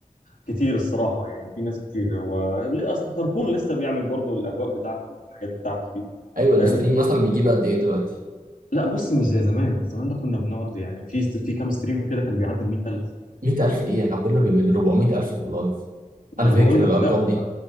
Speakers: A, on the left; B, on the right.
A: كتير الصراحه يعني في ناس كتير هو ليه- اصل تربون لسه بيعمل برضه الاجواء بتاعته والحاجات بتاعته دي
B: ايوه الاستريم
A: فاهم
B: مثلا بيجيب قد ايه دلوقتي
A: لا بص مش زي زمان زمان ده كنا بنقعد يعني في في كام ستريم كده كان بيعدي ال 100000
B: 100000 ايه احنا كنا ب 400000 في اللايف انا
A: ما انا
B: فاكر
A: بقول لك
B: الارقام
A: لا
B: دي